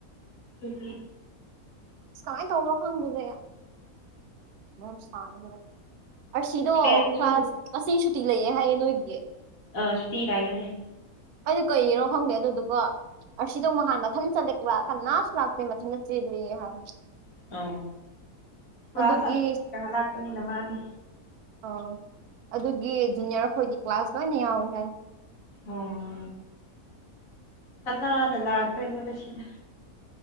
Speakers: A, on the left; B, on the right.
A: ꯎ <inaudible>
B: ꯑꯁ ꯀꯃꯥꯏꯅ ꯇꯧꯕꯅꯣ ꯈꯪꯗꯦꯗ <unintelligible> ꯁꯥꯔꯦ ꯑꯗꯨꯒ ꯑꯁꯤꯗꯣ
A: ꯐꯦꯟꯁꯨ
B: ꯀ꯭ꯂꯥꯁ ꯑꯁꯤ ꯁꯨꯇꯤ ꯂꯩꯌꯦ ꯍꯥꯏꯌꯦ ꯅꯣꯏꯒꯤ
A: ꯑ ꯁꯤ <unintelligible>
B: ꯑꯩ ꯀꯩꯒꯤꯅꯣ ꯈꯪꯗꯦ ꯑꯗꯨꯗꯨꯒꯣ ꯑꯁꯤꯗꯣ ꯅꯍꯥꯟ ꯃꯊꯟ ꯆꯠꯂꯦ ꯀꯅꯥꯁꯨ ꯂꯥꯛꯇꯦ ꯃꯊꯟꯇ ꯆꯦꯜꯂꯤ ꯍꯥꯏꯕꯅꯤ
A: ꯑ ꯀ꯭ꯂꯥꯁ
B: ꯑꯗꯨꯒꯤ
A: ꯆꯠ ꯂꯥꯛꯄꯅꯤꯅ ꯃꯥꯗꯤ
B: ꯑꯥꯎ ꯑꯗꯨꯒꯤ ꯖꯨꯅꯤꯌꯔ ꯈꯣꯏꯗꯤ ꯀ꯭ꯂꯥꯁ ꯂꯣꯏꯅ ꯌꯥꯎꯏꯤ ꯍꯥꯏ
A: ꯑꯣ ꯀꯅꯥꯅ ꯂꯥꯛꯇꯣꯏꯅꯣꯗ ꯁꯤꯗ